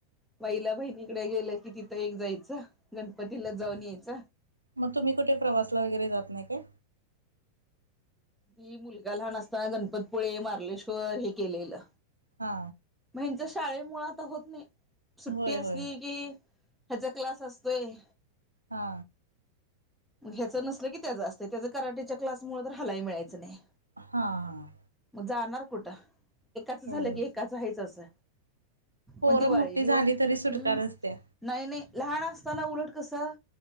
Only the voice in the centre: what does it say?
पहिला बहिणीकडे गेलं की तिथं एक जायचं गणपतीला जाऊन यायच
मी मुलगा लहान असताना गणपतपुळे मार्लेश्वर हे केलेलं
त्यांच्या शाळे मुळात होत नाही सुट्टी
असली
की ह्याचा क्लास असतोय
ह्याचं नसलं की त्याचं असत त्याच कराटीच्या क्लासमुळे तर हलाई मिळायचं नाही
मग जाणार कुठं एकाचं
झालं की एकाचं आहेच असं
मग दिवाळी
दिवाळी
हम्म
नाही नाही लहान असताना उलट कसं